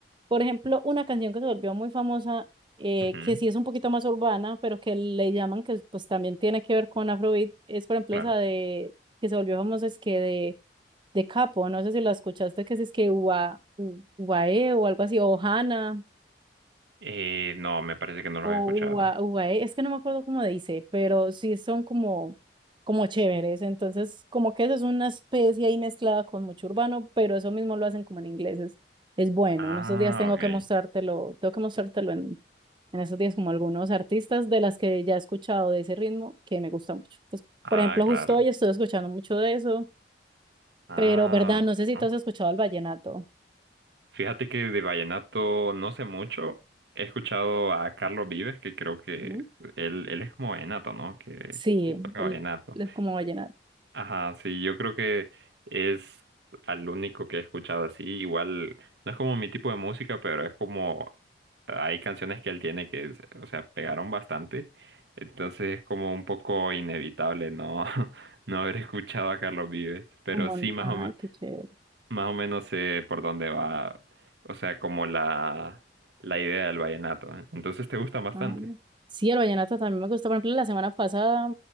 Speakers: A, on the right; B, on the right.
A: por ejemplo, una canción que se volvió muy famosa, eh,
B: ujú,
A: que sí es un poquito más urbana, pero que le llaman que pues también tiene que ver con Afrobeat, es por ejemplo
B: claro.
A: esa de, que se volvió famosa es que de, de Capo, no sé si la escuchaste, que es, es que Ua, U- Uae o algo así, o Hana,
B: Eh, no, me parece que no
A: O
B: los he escuchado.
A: UA, UAE, es que no me acuerdo cómo dice, pero sí son como, como chéveres. Entonces, como que eso es una especie ahí mezclada con mucho urbano, pero eso mismo lo hacen como en inglés. Es, es bueno.
B: Ah,
A: En estos días tengo
B: ok.
A: que mostrártelo, tengo que mostrártelo en, en estos días como algunos artistas de las que ya he escuchado de ese ritmo que me gusta mucho. Entonces,
B: Ah,
A: por ejemplo,
B: claro.
A: justo hoy estoy escuchando mucho de eso,
B: Ah,
A: pero verdad, no sé si
B: ah.
A: tú has escuchado el vallenato,
B: Fíjate que de vallenato no sé mucho. He escuchado a Carlos Vives, que creo que
A: ¿no?
B: él, él es como vallenato, ¿no? Que,
A: Sí,
B: que toca
A: el,
B: vallenato.
A: el como vallenato,
B: Ajá, sí, yo creo que es al único que he escuchado así. Igual, no es como mi tipo de música, pero es como hay canciones que él tiene que, es- o sea, pegaron bastante. Entonces es como un poco inevitable no, <laughs> no haber escuchado a Carlos Vives. Pero
A: como,
B: sí, más
A: ay,
B: o, me-
A: qué chévere.
B: más o menos sé por dónde va, o sea, como la, la idea del vallenato. ¿eh? Entonces te gusta bastante.
A: Ah, Sí, el vallenato también me gusta. Por ejemplo, la semana pasada,